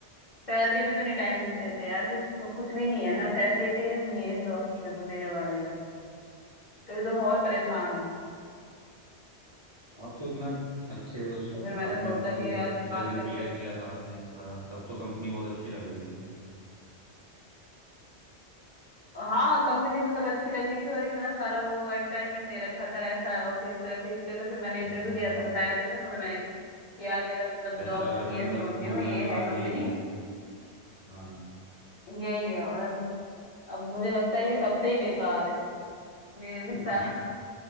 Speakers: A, on the left; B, on the right.
A: सैलरी भी तो नहीं टाइम से देते यार कुछ तो कुछ भी नहीं है ना फैसिलिटीज नहीं है इस ऑफिस में तो मेरे वाले में तो तभी तो मैं और परेशान हूँ
B: आप तो इतना अच्छे उस
A: तो फिर मैंने
B: आपने
A: सोचा
B: उस पे
A: कि यार बात
B: इंटरव्यू
A: करते
B: क्लियर
A: हैं
B: किया था आपने इसका तब तो कंपनी बहुत अच्छी लग रही थी ये
A: हाँ कंपनी तो तब अच्छी लग रही थी और इतना सारा वो एडवर्टाइजमेंट दे रखा था ऐसा है ऑफिस तो ऐसे इसलिए तो फिर मैंने इंटरव्यू
B: हम्म
A: दिया
B: हम्म।
A: था बताया तो था तुम्हें मैंने कि यार मेरा मतलब
B: ऐसा
A: जॉब
B: लग रहा
A: के
B: था
A: लिए
B: कि बस
A: सोच रही
B: गूगल
A: हूँ ये
B: के बाद
A: है कंपनी
B: यही है हाँ
A: यही है और अब अब मुझे लगता है ये सबसे ही बेकार है मेरी
B: <laughs>
A: सा,